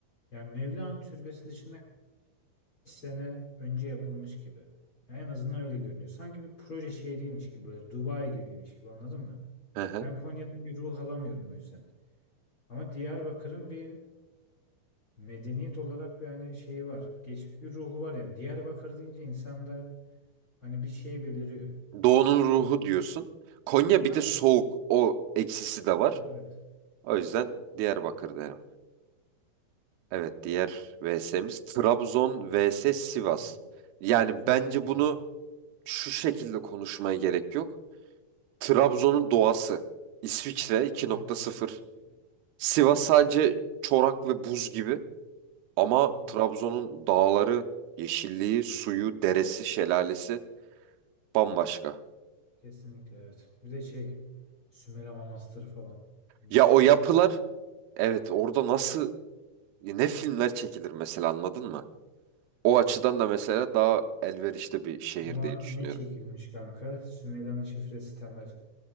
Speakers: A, on the left; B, on the right.
A: Yani Mevlana Türbesi dışında kaç sene önce yapılmış gibi. Yani en azından öyle görünüyor. Sanki bir proje şehriymiş gibi böyle Dubai gibiymiş gibi anladın mı?
B: Hı hı.
A: Ben Konya'dan bir ruh alamıyorum o yüzden. Ama Diyarbakır'ın bir medeniyet olarak bir hani şeyi var. Geçmiş bir ruhu var yani. Diyarbakır deyince insanda hani bir şey beliriyor.
B: Doğu'nun ruhu diyorsun. Konya
A: Aynen.
B: bir de soğuk. O eksisi de var.
A: Ha, evet.
B: O yüzden Diyarbakır derim. Evet diğer VS'miz Trabzon vs Sivas.
A: Ha,
B: Yani
A: zor
B: bence
A: soru
B: bunu
A: abi.
B: şu şekilde konuşmaya gerek yok. Trabzon'un doğası. İsviçre iki nokta
A: Evet doğru
B: sıfır.
A: gerçi. yani.
B: Sivas sadece çorak ve buz gibi ama
A: Doğru
B: Trabzon'un
A: doğru.
B: dağları, yeşilliği, suyu, deresi, şelalesi bambaşka.
A: Kesinlikle evet. Bir de şey Sümele Manastırı falan. Müthiş
B: Ya o
A: ya.
B: yapılar evet orada nasıl ne filmler çekilir mesela anladın mı? O
A: Evet.
B: açıdan da mesela daha elverişli bir şehir
A: Ama
B: diye düşünüyorum.
A: ne çekilmiş kanka? Sümela'nın şifresi temel.